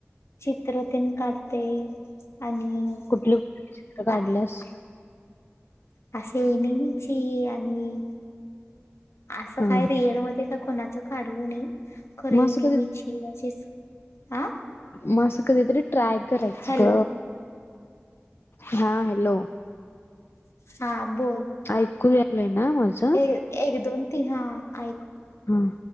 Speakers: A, on the left; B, on the left.
A: चित्रतेन काढ ते आणि
B: कुठली कुठली चित्र
A: काय
B: काढल्यास
A: असे एनमीचे ये आणि असं
B: हा
A: काय
B: हा
A: रियल मध्ये काय कोणा चा काढले नाही खरे
B: मग असं
A: एनिमिचे असेच आं
B: म असं कधीतरी ट्राय करायचं
A: हॅलो
B: ग हा हॅलो.
A: हा बोल.
B: ऐकू आलंय ना माझं?
A: एक एक दोन तीन हा ऐकू.
B: हा